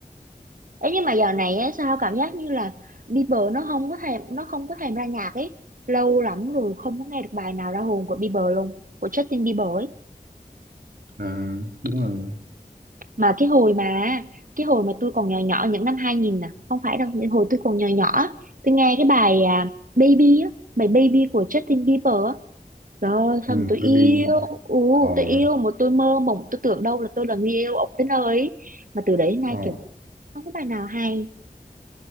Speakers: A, on the right (about 60°); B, on the right (about 80°).
A: ấy nhưng mà giờ này á, sao cảm giác như là Bieber nó không có thèm nó không có thèm ra nhạc ấy lâu lắm rồi không có nghe được bài nào ra hồn của Bieber luôn của Justin Bieber ấy
B: à đúng rồi
A: mà cái hồi mà cái hồi mà tôi còn nhỏ nhỏ những năm 2000 nè không phải đâu những hồi tôi còn nhỏ nhỏ á, tôi nghe cái bài à, Baby á bài Baby của Justin Bieber á trời ơi sao
B: ừ,
A: mà tôi yêu
B: baby
A: ừ,
B: or
A: tôi yêu mà tôi mơ mộng tôi tưởng đâu là tôi là người yêu ông tới nơi ấy. mà từ đấy đến nay
B: ờ
A: kiểu không có bài nào hay